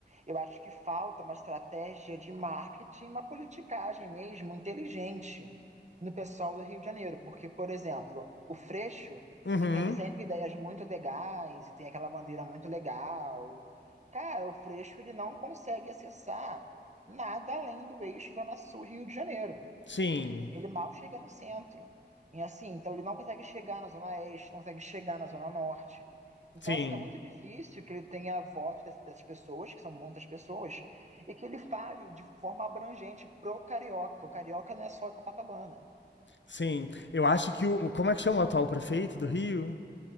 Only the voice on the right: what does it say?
Eu acho que falta uma estratégia de marketing, uma politicagem mesmo inteligente no pessoal do Rio de Janeiro, porque, por exemplo, o Freixo,
que tem sempre ideias muito legais e tem aquela bandeira muito legal, cara, o Freixo ele não consegue acessar nada além do eixo Zona Sul Rio de Janeiro.
Ele mal chega no centro. E assim, então ele não consegue chegar na Zona Oeste, não consegue chegar na Zona Norte. Então,
assim, é muito difícil que ele tenha voto dessas, pessoas, que são muitas pessoas, e que ele fale de forma abrangente pro carioca. O carioca não é só Copacabana.